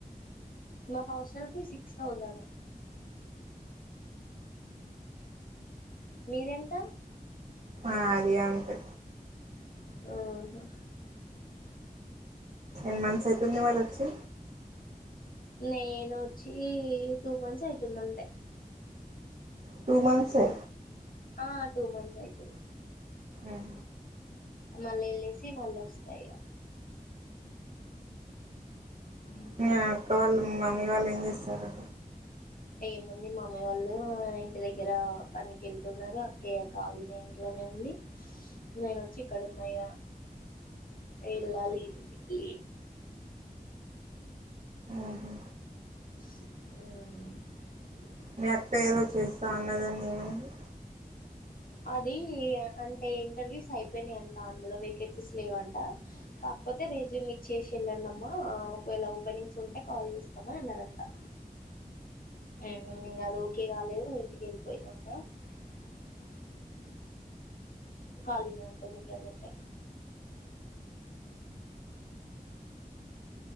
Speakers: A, on the left (about 65°); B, on the right (about 50°).
A: మా హాస్టల్ ఫీ సిక్స్ థౌజండ్ మీదెంత
B: అదే అంతే
A: ఆహ
B: ఎన్ మంత్స్ అవుతుంది వాళ వచ్చి
A: నేనుొచ్చి టూ మంత్స్ అవుతుందింతే
B: టూ మంత్సే
A: ఆ టూ మంత్స్ అయితుంది
B: ఊహు.
A: మళ్ళా వెళ్ళసి వాళ్ళు వస్తాయి ఉ
B: మీ అక్క వాళ్ళు మమ్మీ వాళ్ళు ఏం జేస్తార్రు
A: ఏముంది మమ్మీ వాళ్ళు ఇంటి దగ్గర పనికి వెళ్తున్నారు అక్కయ్యా కాళీ నే ఇంట్లోనే ఉంది నేన వచ్చి ఇక్కడ ఉన్నాయ ఇగ వెళ్ళాలి ఇంటికి
B: ఊహు.
A: ఆ
B: మీ అక్క ఏదో చేస్తా అన్నదని ఏమైంది
A: అది అంటే ఇంటర్వ్యూస్ అయిపోయినాయంట అందులో వేకెన్సీస్ లేవంట కాకపోతే రెజ్యూమ్ ఇచ్చేసి ఎళ్ళండమ్మా ఒకవేళ ఓపెనింగ్స్ ఉంటే కాల్ చేస్తామని అన్నరంటా మ్మ్ అది ఓకే కాలేదు ఇంటికి వెళ్ళిపోయిందంటా <inaudible> కాలిగా ఉంటుంది ప్రజంట్